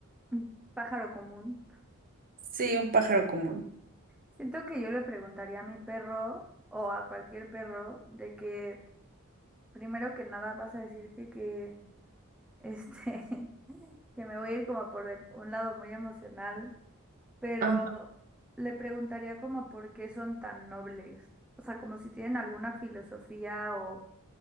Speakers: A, in the centre; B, on the right.
A: Mm, Pájaro común.
B: Sí, un pájaro común.
A: Siento que yo le preguntaría a mi perro o a cualquier perro de que Primero que nada vas a decir que, que, este, <laughs> que me voy a ir como por el- un lado muy emocional, pero
B: Ah,
A: le preguntaría como por qué son tan nobles. O sea, como si tienen alguna filosofía o,